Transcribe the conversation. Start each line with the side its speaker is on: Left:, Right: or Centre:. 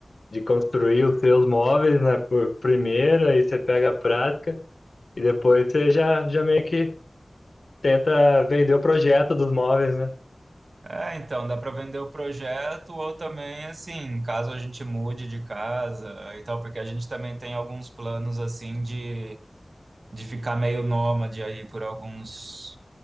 Left: de construir os seus móveis, né, por primeira, aí você pega a prática e depois você já, já meio que tenta vender o projeto dos móveis, né?
Right: é, então dá para vender o projeto ou também assim, caso a gente mude de casa e tal, porque a gente também tem alguns planos assim de de ficar meio nômade aí por alguns